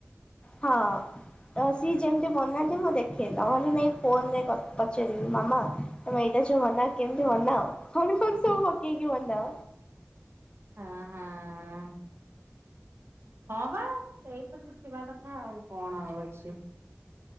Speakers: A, on the left; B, on the right.
A: ହଁ ସିଏ ଯେମିତି ବନାନ୍ତି, ମୁଁ ଦେଖେ ହେଲେ ନହେଲେ ନାଇଁ ଫୋନ ରେ ପଚେଇଦେବି ମାମା ତମେ ଏଇ ମନା କେମିତି ମନା ଆଉ କଣ କଣ ସବୁ ପକେଇକି ମନାଅ?
B: ହଁ, ହଁ। ହଁ, ବା ସେଇ ତ ଶିଖିବା କଥା ଆଉ କଣ ଆଉ ଅଛି